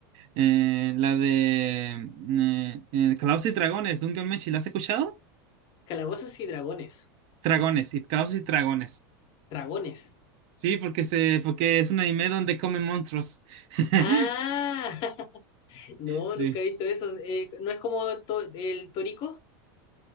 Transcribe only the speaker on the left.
Calabozos y dragones.
Dragones.
Ah, <laughs> no,
nunca he visto eso. Eh, ¿no es como to- el Torico?